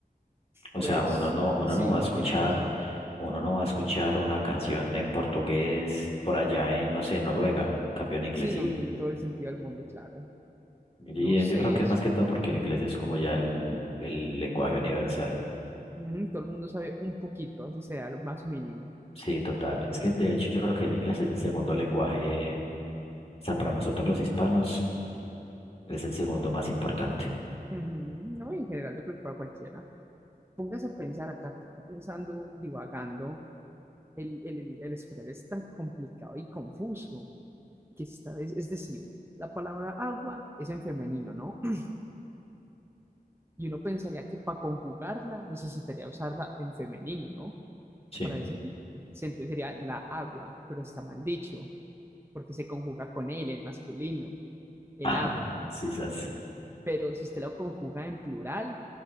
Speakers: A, on the left (about 40°); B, on the right (about 15°).
A: O
B: pues
A: sea, uno no, uno
B: sí,
A: no va
B: no,
A: a escuchar,
B: tienes razón.
A: uno no va a escuchar una canción en portugués por allá en, no sé, Noruega. Cambio en inglés
B: Sí,
A: sí.
B: no, tiene todo el sentido del mundo, claro.
A: Y
B: No sé,
A: yo creo que
B: es-
A: más que todo porque el inglés es como ya el, el lenguaje universal.
B: sí, ujú, todo el mundo sabe un poquito, así sea, lo más mínimo.
A: Sí, total. Es que de hecho yo creo que el inglés es el segundo lenguaje, o sea, para nosotros los hispanos es el segundo más importante.
B: Ujú, No, en general, yo creo que para cualquiera. Póngase a pensar acá, acá, acá pensando, divagando. El, el, el el español es tan complicado y confuso que esta vez, es decir, la palabra agua es en femenino, ¿no? <clears throat> Y uno pensaría que para conjugarla necesitaría usarla en femenino, ¿no?
A: Sí.
B: Para decir, entonces sería la agua, pero está mal dicho. porque se conjuga con él en masculino, el
A: <laughs> Ajá.
B: agua.
A: Sí, sas.
B: Pero si usted lo conjuga en plural,